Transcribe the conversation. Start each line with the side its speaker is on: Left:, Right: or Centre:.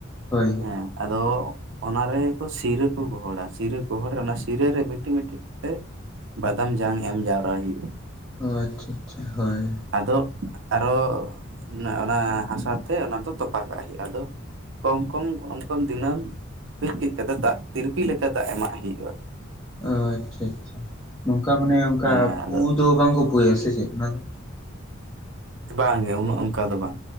Left: ᱦᱳᱭ
Right: ᱦᱮᱸ ᱟᱫᱚ ᱚᱱᱟ ᱨᱮ ᱥᱤᱨᱟᱹ ᱠᱩᱸ ᱜᱚᱦᱚᱲᱟ ᱥᱤᱨᱟᱹ ᱜᱚᱦᱚᱲ ᱨᱮ ᱚᱱᱟ ᱥᱤᱨᱟᱹ ᱨᱮ ᱢᱤᱫ ᱴᱤᱡ ᱢᱤᱫ ᱴᱤᱡ ᱠᱟᱛᱮᱫ ᱵᱟᱫᱟᱢ ᱡᱟᱝ ᱮᱢ ᱡᱟᱣᱨᱟ ᱦᱩᱭᱩᱜᱼᱟ᱾
Left: ᱚ ᱟᱪᱪᱷᱟ ᱟᱪᱪᱷᱟ ᱦᱳᱭ
Right: ᱟᱫᱚ ᱟᱨᱦᱚᱸ ᱚᱱᱟ ᱚᱱᱟ ᱦᱟᱥᱟ ᱛᱮ ᱚᱱᱟ ᱫᱚ ᱛᱚᱯᱟᱜ ᱠᱟᱜ ᱦᱩᱭᱩᱜᱼᱟ ᱟᱫᱚᱼᱼ ᱠᱚᱢ ᱠᱚᱢ ᱠᱚᱢ ᱠᱚᱢ ᱫᱤᱱᱟᱹᱢ ᱠᱟᱹᱡ ᱠᱟᱹᱡ ᱠᱟᱛᱮ ᱫᱟᱜ ᱛᱤᱨᱯᱤ ᱞᱮᱠᱟ ᱫᱟᱜ ᱮᱢᱟᱜ ᱦᱩᱭᱩᱜᱼᱟ᱾
Left: ᱚ ᱟᱪᱪᱷᱟ ᱟᱪᱪᱷᱟ ᱱᱚᱝᱠᱟ ᱢᱟᱱᱮ ᱚᱱᱠᱟ
Right: ᱦᱮᱸ ᱟᱫᱚ
Left: ᱯᱩ ᱫᱚ ᱵᱟᱝᱠᱚ ᱯᱩᱭᱟ ᱥᱮ ᱪᱮᱫ ᱚᱱᱟ ᱫᱚ?
Right: ᱵᱟᱝᱜᱮ ᱩᱱᱟᱹᱜ ᱚᱱᱠᱟ ᱫᱚ ᱵᱟᱝ